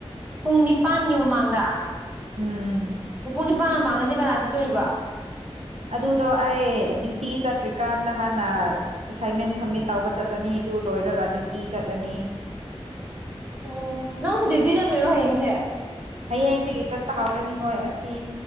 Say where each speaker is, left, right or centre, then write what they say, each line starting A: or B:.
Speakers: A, on the right; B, on the right.
A: ꯄꯨꯡ ꯅꯤꯄꯥꯥꯟꯒꯤ ꯃꯃꯥꯡꯗ
B: ꯎꯝ
A: ꯄꯨꯡ ꯅꯤꯄꯥꯟ ꯃꯃꯥꯡꯗꯗꯤ ꯀꯅꯥ ꯆꯠꯇꯣꯔꯤꯕ
B: ꯑꯗꯨꯗꯣ ꯑꯩ ꯗ꯭ꯌꯨꯇꯤ ꯆꯠꯇ꯭ꯔꯤꯀꯥꯟꯗ ꯍꯥꯟꯅ ꯑꯦꯁꯥꯏꯟꯃꯦꯟ ꯁꯝꯃꯤꯠ ꯇꯧꯕ ꯆꯥꯠꯂꯅꯤ ꯑꯗꯨ ꯂꯣꯏꯔꯒ ꯗ꯭ꯌꯨꯇꯤ ꯆꯥꯠꯂꯅꯤ
A: ꯎꯝ ꯅꯪꯁꯨ ꯗ꯭ꯌꯨꯇꯤ ꯆꯠꯇꯣꯏꯔꯣ ꯍꯌꯦꯡꯁꯦ
B: ꯍꯌꯦꯡꯗꯒꯤ ꯆꯥꯠꯄ ꯍꯧꯔꯅꯤ ꯍꯣꯏ ꯑꯁꯤ